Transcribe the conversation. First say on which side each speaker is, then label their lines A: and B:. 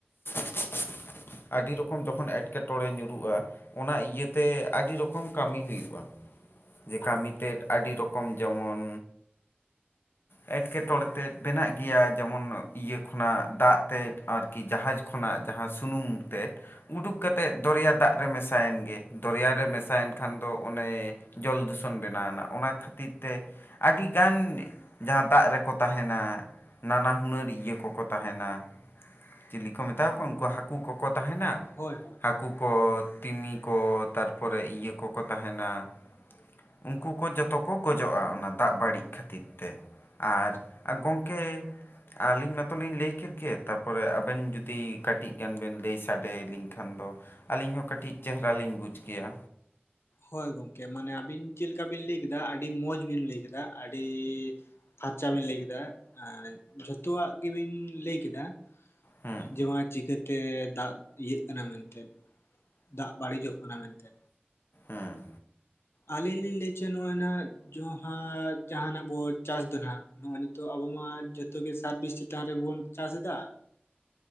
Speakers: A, on the left; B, on the left.
A: <inaudible> ᱟᱹᱰᱤ ᱨᱚᱠᱚᱢ ᱡᱚᱠᱷᱚᱱ ᱮᱴᱠᱮᱴᱚᱬᱮ ᱧᱩᱨᱩᱜᱼᱟ ᱚᱱᱟ ᱤᱭᱟᱹᱛᱮ ᱟᱹᱰᱤ ᱨᱚᱠᱚᱢ ᱠᱟᱹᱢᱤ ᱦᱩᱭᱩᱜᱼᱟ, ᱡᱮ ᱠᱟᱹᱢᱤ ᱛᱮᱫ ᱟᱹᱰᱤ ᱨᱚᱠᱚᱢ ᱡᱚᱢᱚᱱ ᱮᱴᱠᱮᱴᱚᱬᱮ ᱛᱮᱫ ᱵᱮᱱᱟᱜ ᱜᱮᱭᱟ ᱡᱮᱢᱚᱱ ᱤᱭᱟᱹ ᱠᱷᱚᱱᱟᱜ ᱫᱟᱜ ᱛᱮᱫ ᱟᱨ ᱠᱤ ᱡᱟᱦᱟᱡᱽ ᱠᱷᱚᱱᱟᱜ ᱡᱟᱦᱟ ᱥᱩᱱᱩᱢ ᱛᱮᱫ᱾ ᱩᱸᱰᱩᱠ ᱠᱟᱛᱮᱫ ᱫᱚᱨᱭᱟ ᱫᱟᱜ ᱨᱮ ᱢᱮᱥᱟᱭᱮᱱ ᱜᱮ ᱫᱚᱨᱭᱟ ᱨᱮ ᱢᱮᱥᱟᱭᱮᱱ ᱠᱷᱟᱱ ᱫᱚ ᱚᱱᱮ ᱡᱚᱞ ᱫᱩᱥᱚᱱ ᱵᱮᱱᱟᱣᱱᱟ ᱚᱱᱟ ᱠᱷᱟᱹᱛᱤᱨ ᱛᱮ ᱟᱹᱰᱤᱜᱟᱱ ᱡᱟᱦᱟ ᱫᱟᱜ ᱨᱮᱠᱚ ᱛᱟᱦᱮᱱᱟ ᱱᱟᱱᱟ ᱦᱩᱱᱟᱹᱨ ᱤᱭᱟᱹ ᱠᱚᱠᱚ ᱛᱟᱦᱮᱱᱟ ᱪᱤᱞᱤ ᱠᱚ ᱢᱮᱛᱟᱠᱚᱣᱟ ᱩᱱᱠᱩ ᱦᱟᱠ ᱠᱩ ᱠᱚᱠᱚ ᱛᱟᱦᱮᱱᱟ
B: ᱦᱳᱭ ᱦᱳᱭ
A: ᱦᱟᱠᱩ ᱠᱚ ᱛᱤᱢᱤ ᱠᱚ ᱯᱚᱨᱮ ᱤᱭᱟᱹ ᱠᱚᱠᱚ ᱛᱟᱦᱮᱱᱟ᱾ ᱩᱝᱠᱩ ᱠᱚ ᱡᱚᱛᱚ ᱠᱚ ᱜᱚᱡᱚᱜᱼᱟ ᱚᱱᱟ ᱫᱟᱜ ᱵᱟᱹᱲᱤᱡ ᱠᱷᱟᱹᱛᱤᱨ ᱛᱮ᱾ ᱟᱨ ᱜᱚᱝᱠᱮ ᱾ ᱟᱹᱞᱤᱧ ᱢᱟᱛᱚ ᱞᱤᱧ ᱞᱟᱹᱭ ᱠᱮᱫ ᱜᱮ ᱛᱟᱨᱯᱚᱨᱮ ᱟᱵᱮᱱ ᱡᱩᱫᱤ ᱠᱟᱹᱴᱤᱡ ᱜᱟᱱ ᱵᱮᱱ ᱞᱟᱹᱭ ᱥᱟᱰᱮᱞᱤᱧ ᱠᱷᱟᱱ ᱫᱚ ᱟᱹᱞᱤᱧ ᱦᱚᱸ ᱠᱟᱹᱴᱤᱡ ᱪᱮᱦᱨᱟ ᱞᱤᱧ ᱵᱩᱡ ᱠᱮᱭᱟ᱾
B: ᱦᱳᱭ ᱜᱚᱝᱠᱮ ᱢᱟᱱᱮ ᱟᱵᱤᱱ ᱪᱮᱫ ᱞᱮᱠᱟ ᱵᱤᱱ ᱞᱟᱹᱭ ᱠᱮᱫᱟ ᱟᱹᱰᱤ ᱢᱚᱸᱡᱽ ᱵᱤᱱ ᱞᱟᱹᱭ ᱠᱮᱫᱟ ᱟᱹᱰᱤ ᱯᱷᱟᱨᱪᱟ ᱵᱤᱱ ᱞᱟᱹᱭ ᱠᱮᱫᱟ ᱟᱨ ᱡᱷᱚᱛᱚᱣᱟᱜ ᱜᱮᱵᱤᱱ ᱞᱟᱹᱭ ᱠᱮᱫᱟ᱾
A: ᱦᱮᱸ
B: ᱡᱮ ᱵᱟᱝ ᱪᱤᱠᱟᱹᱛᱮ ᱫᱟᱜ ᱤᱭᱟᱹᱜ ᱠᱟᱱᱟ ᱢᱮᱱᱛᱮ, ᱫᱟᱜ ᱵᱟᱹᱲᱤᱡᱚᱜ ᱠᱟᱱᱟ ᱢᱮᱱᱛᱮ᱾
A: ᱦᱮᱸ
B: ᱟᱹᱞᱤᱧ ᱞᱤᱧ ᱞᱟᱹᱭ ᱦᱚᱪᱚᱭ ᱱᱚᱜᱼᱚᱭ ᱱᱟᱜ ᱡᱟᱦᱟ ᱡᱟᱦᱟᱱᱟᱜ ᱵᱚ ᱪᱟᱥ ᱫᱚ ᱱᱟᱦᱟᱜ᱾ ᱱᱚᱜᱼᱚᱭ ᱱᱤᱛᱚᱜ ᱟᱵᱚ ᱢᱟ ᱡᱚᱛᱚ ᱜᱮ ᱥᱟᱨᱵᱤᱥ ᱪᱮᱛᱟᱱ ᱨᱮᱵᱚᱱ ᱪᱟᱥ ᱫᱟ᱾